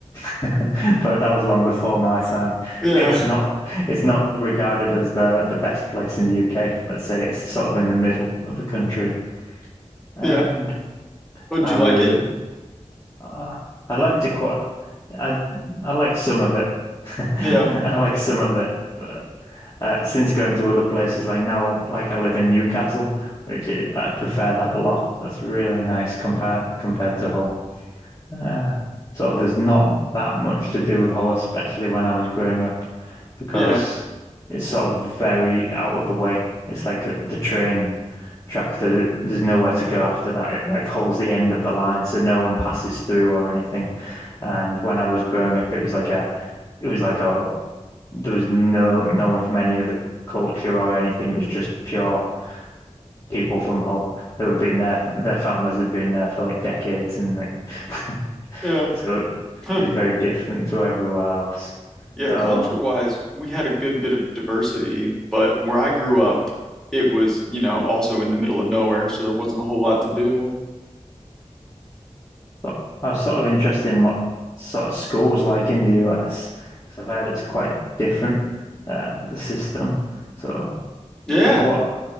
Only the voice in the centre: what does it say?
yeah,
<laughs> yeah. Oh, did
you like
it?
Yeah,
yeah,
yeah.
Huh.
Yeah,
culture-wise, we had a good bit of diversity, but where I grew up, it was, you know, also in the middle of nowhere, so there wasn't a whole lot to do.
Yeah.